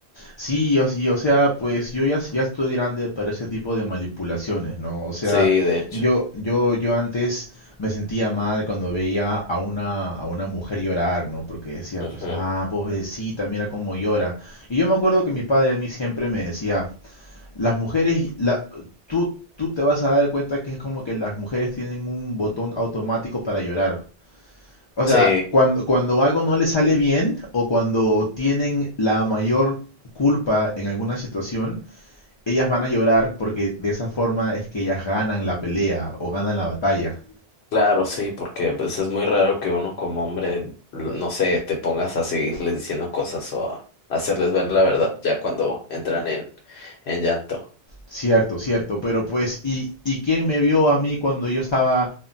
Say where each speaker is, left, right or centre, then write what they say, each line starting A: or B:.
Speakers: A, on the left; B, on the left.
A: Sí, o, y, o sea, pues yo ya, ya estoy grande para ese tipo de manipulaciones, ¿no? O sea,
B: Sí, de hecho.
A: yo, yo, yo antes me sentía mal cuando veía a una, a una mujer llorar, ¿no? Porque decía,
B: ujú.
A: pues, ah, pobrecita, mira cómo llora. Y yo me acuerdo que mi padre a mí siempre me decía, las mujeres, la, tú, tú te vas a dar cuenta que es como que las mujeres tienen un botón automático para llorar. O sea,
B: Sí,
A: cuando, cuando algo no les sale bien o cuando tienen la mayor culpa en alguna situación, ellas van a llorar porque de esa forma es que ellas ganan la pelea o ganan la batalla.
B: claro, sí, porque pues es muy raro que uno como hombre, no sé, te pongas a seguirles diciendo cosas o a hacerles ver la verdad ya cuando entran en, en llanto.
A: Cierto, cierto, pero pues, ¿y, y quién me vio a mí cuando yo estaba